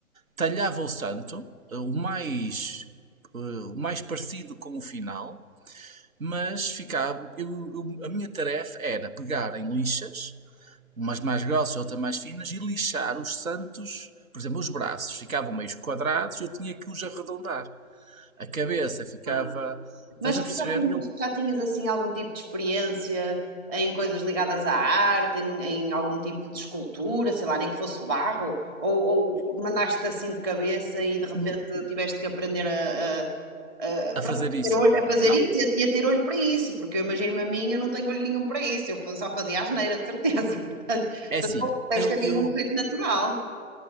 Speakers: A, on the right (about 70°); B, on the right (about 15°).
A: talhava o santo, ah, o mais, ah, o mais parecido com o final, mas ficava. Eu, eu- a minha tarefa era pegar em lixas, umas mais grossas e outras mais finas, e lixar os santos. Por exemplo, os braços ficavam meio quadrados e eu tinha que os arredondar. A cabeça ficava.
B: Ah. Mas
A: Estás
B: tu
A: a perceber?
B: já tinhas,
A: Eu
B: já tinhas, assim algum tipo de experiência em coisas ligadas à arte, em, em algum tipo de escultura, sei lá, nem que fosse barro, ou, ou mandaste assim de cabeça e de repente
A: hum,
B: tiveste que aprender a, a- a-
A: a
B: pronto,
A: fazer
B: a
A: isso.
B: ter olho- a fazer
A: Não,
B: isso e a, e a ter olho para isso, porque eu imagino-me a mim, eu não tenho olho nenhum para isso, eu só fazia asneira, de certeza, <laughs> portanto,
A: é
B: portanto,
A: assim.
B: deves
A: Eu,
B: ter aí
A: eu,
B: um jeito natural.